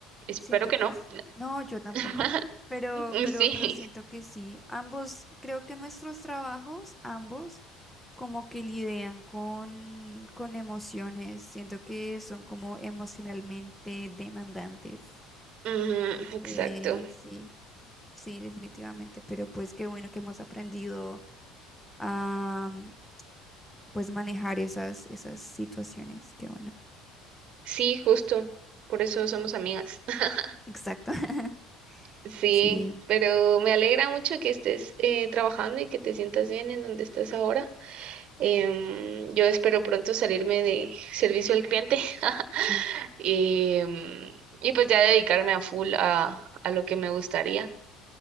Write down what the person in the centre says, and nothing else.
Siento
que
sí. No, yo tampoco.
<laughs> Pero,
pero,
pero siento que sí. Ambos, creo que nuestros trabajos, ambos, como que lidian con, con emociones. Siento que son como emocionalmente demandantes.
Eh, sí, sí, definitivamente. Pero pues qué bueno que hemos aprendido a mm, pues manejar esas, esas situaciones. Qué bueno.
Exacto. <laughs>
Sí,
sí.